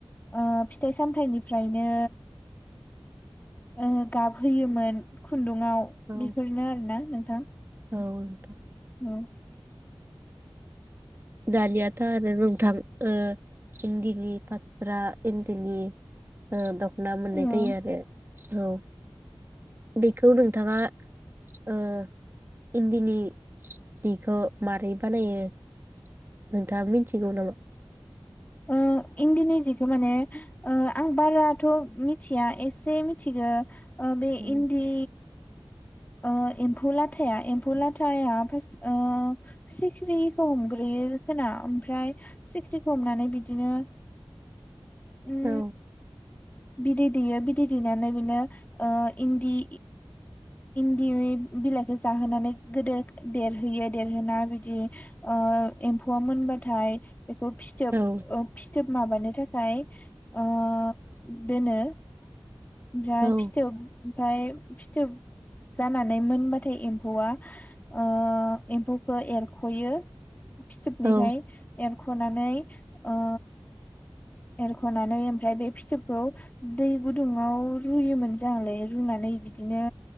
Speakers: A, on the left; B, on the right.
A: ओ फिथाइ सामथायाइनिफ्रायनो ओ गाब होयोमोन खुन्दुंङाव।
B: औ
A: बेफोरनो आरोना नोंथां।
B: औ नोंथा।
A: औ।
B: दानियाथ' आरो नोंथां। ओ इन्दिनि फास्रा इन्दिनि ओ दख'ना
A: औ
B: मोननाय जायो आरो औ। बेखौ नोंथाङा ओ इन्दिनि जिखौ मारै बानायो? नोंथाङा मिथिगौ नामा?
A: ओ इन्दिनि जिखो माने ओ आं बाराथ' मिथिया एसे मिथिगो। ओ बे
B: औ
A: इन्दि ओ एम्फौ लाथाया एम्फौ लाथाया फार्स्ट ओ सिखिरिखौ हमग्रोयो खोना ओमफ्राय सिख्रिखौ हमनानै बिदिनो उम
B: औ
A: बिदै दैयो बिदै दैनानै बिनो ओ इन्दि इन्दि <unintelligible> बिलाइखौ जाहोनानै गोदोर देरहोयो देरहोना बिदि ओ एम्फौआ मोनबाथाय बेखौ फिथोब
B: औ
A: ओ फिथोब माबानो थाखा फ्राय ओ दोनो ओमफ्राय
B: औ
A: फिथोब ओमफाय फिथोब जानानै मोनबाथाय एम्फौआ ओ एम्फौखौ एरख'यो। फिथोबनिफाय
B: औ
A: एर ख'नानै ओ एरख'नानै ओमफ्राय बे फिथोबखौ दै गुदुङाव रुयोमोन जांलै रुनानै बिदिनो